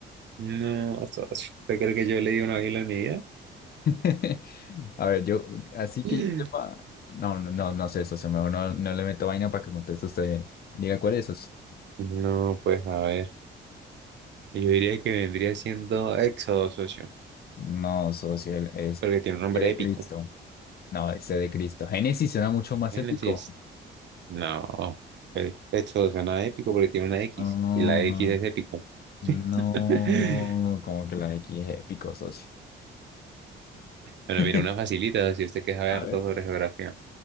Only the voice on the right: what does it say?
No, socio. ¿Usted cree que yo leí una Biblia en mi vida?
<laughs>
No, pues a ver. Yo diría que vendría siendo Éxodo, socio.
Porque tiene un nombre
épico.
Génesis.
No. eh, Esto suena épico porque tiene una X.
Y la X es épico. <laughs>
Bueno,
mira, una facilita si usted quiere saber
todo sobre geografía.